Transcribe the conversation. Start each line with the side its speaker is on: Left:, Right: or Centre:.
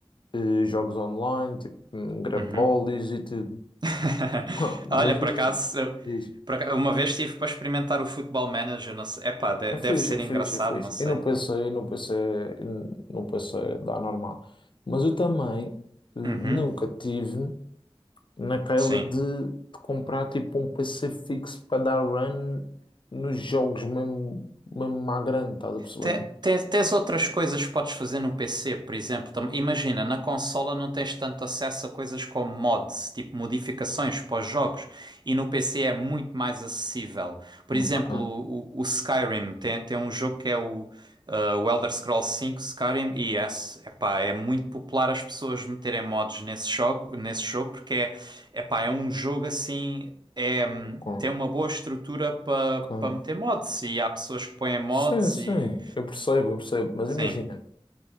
Left: eh, jogos online, tipo hum, Grapolis
Right: Uhum.
Left: e tudo.
Right: <laughs>
Left: <laughs>
Right: Olha,
Left: Mas
Right: por
Left: hoje.
Right: acaso, eu-
Left: diz.
Right: por aca- uma vez estive para experimentar o Football Manager, não sei. Epá, de-
Left: É fixe,
Right: deve ser
Left: é fixe,
Right: engraçado,
Left: é fixe.
Right: não sei.
Left: Eu não pensei, eu não pensei, eu não pensei dar normal. Mas eu também eh, nunca
Right: Uhum,
Left: tive naquela
Right: sim.
Left: de, de comprar tipo um PC fixo para dar run nos jogos mesmo, mesmo à grande, estás a perceber?
Right: Te- Tens, tens outras coisas que podes fazer no PC, por exemplo. tam- Imagina, na consola não tens tanto acesso a coisas como mods, tipo modificações para os jogos, e no PC é muito mais acessível. Por
Left: Ok,
Right: exemplo, o, o- o Skyrim tem, tem um jogo que é o, ah, o Elder Scrolls V Skyrim, e é, epá, é muito popular as pessoas meterem mods nesse jogo, nesse jogo porque é, epá, é um jogo assim. É, hum,
Left: ok,
Right: tem uma boa estrutura para
Left: ok.
Right: para meter mods e há pessoas que põem mods
Left: Sim, sim,
Right: e
Left: eu percebo, eu percebo. Mas
Right: Sim.
Left: imagina,